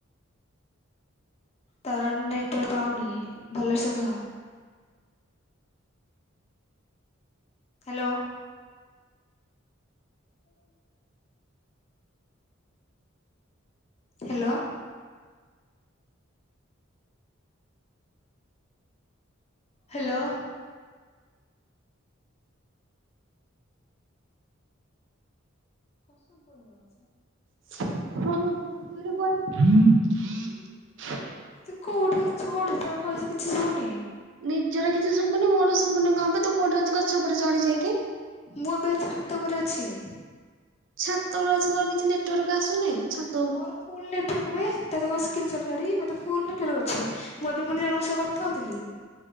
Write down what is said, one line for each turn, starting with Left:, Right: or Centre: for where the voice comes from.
Left: ତର ନେଟୱାର୍କ ପାଉନି ଭଲସେ କହ। ହ୍ୟାଲୋ। ହୁଁ। ହ୍ୟାଲୋ। ହ୍ୟାଲୋ। <unintelligible> ଅଛି।
Right: <unintelligible>
Left: ତୁ କୋଉଠି ଅଛୁ କୋଉଠି ତୋ ଭଏସ୍ କିଛି ଶୁବୁନି?
Right: ନିଜର କିଛି ଶୁବୁନି ମୋର ଶୁବୁନି କଣ ବେ ତୁ କୋଉଠି ଅଛୁ ଗଛ ଉପରେ ଚଢ଼ ଯାଇକି।
Left: ମୁଁ ଏବେ ଛାତ ଉପରେ ଅଛି।
Right: ଛାତ ଉପରେ ଅଛୁ ତୋର କିଛି ନେଟୱାର୍କ ଆସୁନି ଛା
Left: ମୋର ଫୁଲ୍ ନେଟୱାର୍କ ବେ ତତେ କଣ ସ୍କ୍ରିନସଟ୍ ଛାଡ଼ିବି ମୋର ତ ଫୁଲ ନେଟୱାର୍କ ଅଛି। ମୁଁ ଏବେପୁଣି ଜଣଙ୍କ ସହ କଥା ହଉଥିଲି।